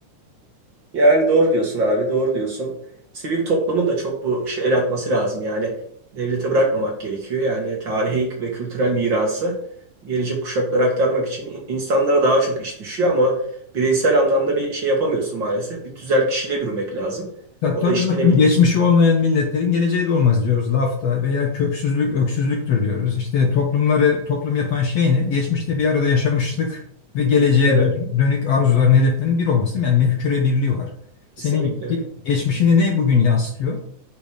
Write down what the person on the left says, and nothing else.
Ya
tabii
dostum
geçmişi olmayan milletlerin geleceği de olmaz diyoruz lafta veya köksüzlük öksüzlüktür diyoruz. İşte toplumları toplum yapan şey ne? Geçmişte bir arada yaşamışlık ve geleceğe
dön- dönük arzuların hedeflerinin bir olması değil mi? Yani mefküre birliği var. Senin
ge- geçmişini ne bugün yansıtıyor?